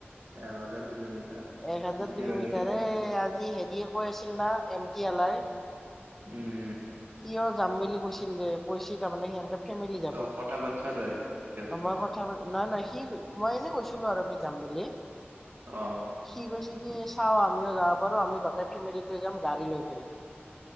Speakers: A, on the right; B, in the centre.
A: এক হাজাৰ কিলোমিটাৰ।
B: এক হাজাৰ
A: পিছে
B: কিলোমিটাৰ
A: হলে
B: এ আজি হেৰিয়ে কৈ আছিল না এম টি আলাৰ
A: উম উম
B: কিয় যাম বুলি কৈছিল যে কৈছিল তাৰমানে সিহঁতে ফেমেলি যাব
A: অ কথা বাচ্ছা তই সিহঁত
B: আমাৰ কথা নাই নাই কি মই এনে কৈছিলো আৰু আমি যাম বুলি।
A: অ
B: সি কৈছে চাও আমিও যাব পাৰো আমি গোটেই ফেমিলিটো যাম গাড়ী লৈ পেলে